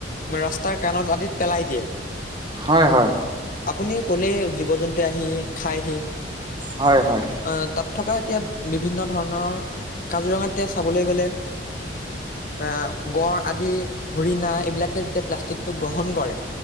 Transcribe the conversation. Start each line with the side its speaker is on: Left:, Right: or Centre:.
Left: ৰাস্তাৰ কাণত আদিত পেলাই দিয়ে,
Right: হয় হয়
Left: আপুনি ক'লে জীৱ-জন্তু আহি খাইহি।
Right: হয়, হয়,
Left: আহ তাত থকা এতিয়া বিভিন্ন ধৰণৰ, কাজিৰঙাতে এতিয়া চাবলে গ'লে আহ গড় আদি হৰিণা এইবিলাকে যেতিয়া প্লাষ্টিকটো গ্ৰহণ কৰে।